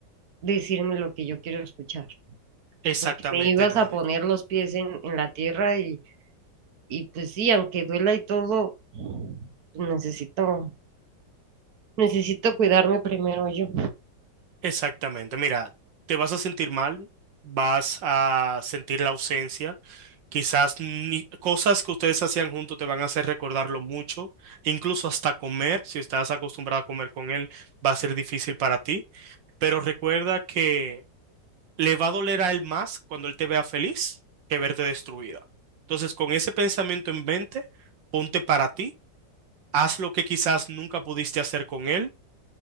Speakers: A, on the right; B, on the right.
A: decirme lo que yo quiero escuchar.
B: Exactamente,
A: porque me ibas
B: Nadia.
A: a poner los pies en, en la tierra y, y pues sí, aunque duela y todo, necesito, necesito cuidarme primero yo.
B: Exactamente. Mira, te vas a sentir mal, vas a sentir la ausencia, quizás ni- cosas que ustedes hacían juntos te van a hacer recordarlo mucho, incluso hasta comer, si estás acostumbrado a comer con él, va a ser difícil para ti, pero recuerda que... le va a doler a él más cuando él te vea feliz que verte destruida. Entonces, con ese pensamiento en mente, ponte para ti, haz lo que quizás nunca pudiste hacer con él,